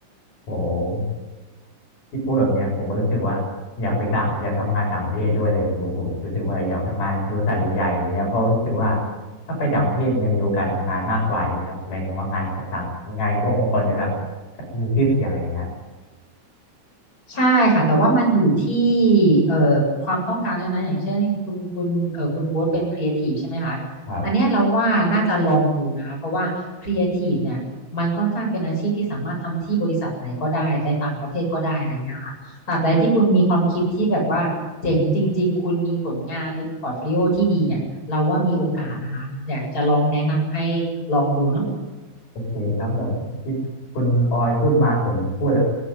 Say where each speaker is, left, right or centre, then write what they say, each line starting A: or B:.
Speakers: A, on the left; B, on the left.
A: โอ้หที่พูดแบบเนี้ยผมก็รู้สึกว่าอยากไปต่างอยากทำงานต่างประเทศด้วยเลยผมว่าผมรู้สึกว่าอยากทำงานบริษัทใหญ่ๆอะไรเงี้ยเพราะรู้สึกว่าถ้าไปต่างประเทศมันจะมีโอกาสทำงานมากกว่าใช่ไหมครับหมายถึงว่างานพวกต่างงานกับพวกองค์กรระดับมีชื่อเสียงอะไรเงี้ย
B: ใช่ค่ะแต่ว่ามันอยู่ที่เอ่อความต้องการด้วยนะอย่างเช่นคุณคุณเอ่อคุณโบ๊ทเป็นครีเอทีฟใช่ไหมคะอันเนี้ยเราว่าน่าจะลองดูนะคะเพราะว่าครีเอทีฟเนี่ยมันค่อนข้างเป็นอาชีพที่สามารถทำที่บริษัทไหนก็ได้ในต่างประเทศก็ได้อะไรเงี้ยค่ะตราบใดที่คุณมีความคิดที่แบบว่าเจ๋งจริงๆคุณมีผลงานมีพอร์ตโฟลิโอที่ดีเนี่ยเราว่ามีโอกาสนะคะอยากจะลองแนะนำให้
A: ครับ
B: ลองดูเนาะ
A: โอเคครับแบบที่คุณออยพูดมาผมพูดแบบ